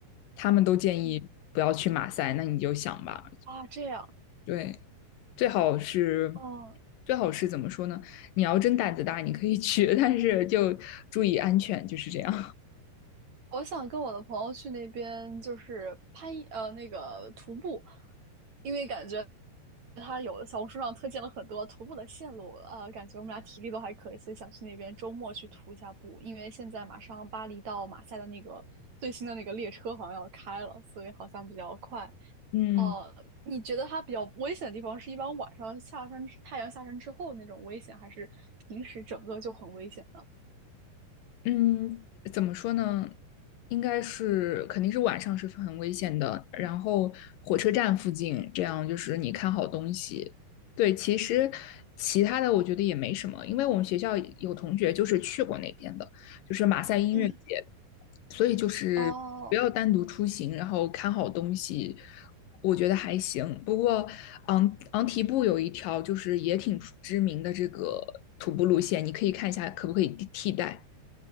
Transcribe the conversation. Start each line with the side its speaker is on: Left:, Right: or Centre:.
Left: 他们都建议不要去马赛。
Right: 嗯，
Left: 那你就想吧，
Right: 啊，这样
Left: 对。最好是
Right: 哦，
Left: 最好是怎么说呢？你要真胆子大，你可以 <laughs> 去，但是就注意安全，就是这样。
Right: 我想跟我的朋友去那边，就是攀呃那个徒步，因为感觉他有小红书上推荐了很多徒步的线路，呃，感觉我们俩体力都还可以，所以想去那边周末去徒一下步。因为现在马上巴黎到马赛的那个最新的那个列车好像要开了，所以好像比较快。
Left: <laughs> 嗯。
Right: 哦，你觉得它比较危险的地方是一般晚上下山之太阳下山之后那种危险，还是平时整个就很危险呢？
Left: 嗯，怎么说呢？应该是肯定是晚上是很危险的。然后火车站附近，这样就是你看好东西。对，其实其他的我觉得也没什么，因为我们学校有同学就是去过那边的，就是马赛音乐节，
Right: 嗯，
Left: 所以就是不要单独出行，
Right: 哦，
Left: 然后看好东西，我觉得还行。不过昂昂提布有一条就是也挺知名的这个徒步路线，你可以看一下可不可以替代。